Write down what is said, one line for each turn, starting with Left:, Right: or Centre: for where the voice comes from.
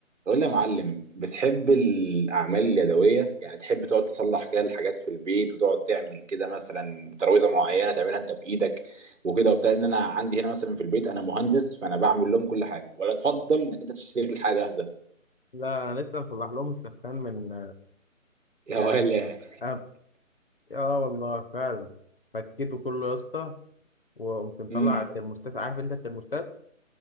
Right: قول لي يا معلم بتحب الأعمال اليدوية يعني تحب تقعد تصلح كده الحاجات في البيت وتقعد تعمل كده مثلا ترويزة معينة تعملها أنت بإيدك وكده وبتاع إن أنا عندي هنا مثلا في البيت أنا مهندس فأنا بعمل لهم كل حاجة ولا تفضل إنك أنت تشتري لي حاجة جاهزة
Left: لا انا لسه مصلح لهم السخان من
Right: <laughs> يا
Left: يعني
Right: ولا
Left: أب... اه والله فعلا فكيته كله يا اسطى وقمت مطلع
Right: امم
Left: على الترموستات عارف انت الترموستات